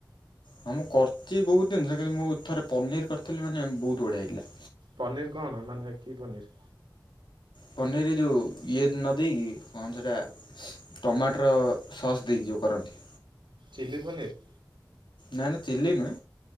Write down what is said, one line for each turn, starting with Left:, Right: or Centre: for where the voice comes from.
Left: ହଁ ମୁଁ କରିଛି ବହୁତ ଜିନିଷ କିନ୍ତୁ ମୁଁ ଥରେ ପନିର୍ କରିଥିଲି ମାନ ବହୁତ ବଢିଆ ହେଇଥିଲା।
Right: ପନିର୍ କଣ ମାନେ କି ପନିର୍?
Left: ପନିର ଯୋଉ ଇଏ ନଦେଇକି କଣ ସେଟା ଟମାଟୋର ସସ୍ ଦେଇକି ଯୋଉ କରନ୍ତି।
Right: ଚିଲ୍ଲି ପନୀର୍।
Left: ନା ନା ଚିଲ୍ଲି ନୁହେଁ